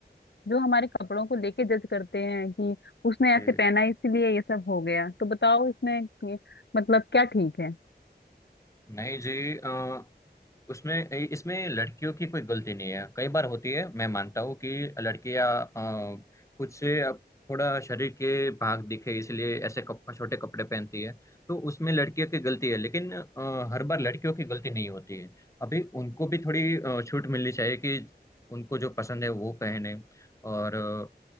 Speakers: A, on the left; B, on the left.
A: जो हमारे कपड़ों को लेके जज करते हैं कि उसने
B: जी
A: ऐसे पहना है, इसीलिए ये सब हो गया तो बताओ इसमें ये- मतलब क्या ठीक है
B: नहीं जी अ, उसमें इसमें लड़कियों की कोई गलती नहीं है कई बार होती है मैं मानता हूँ कि लड़कियां अ, खुद से अब थोड़ा शरीर के भाग दिखे इसलिए ऐसे कप, छोटे कपड़े पहनती है तो उसमें लड़कियों की गलती है लेकिन अ, हर बार लड़कियों की गलती नहीं होती है अभी उनको भी थोड़ी अ, छूट मिलनी चाहिए कि उनको जो पसंद है वो पहने और अ,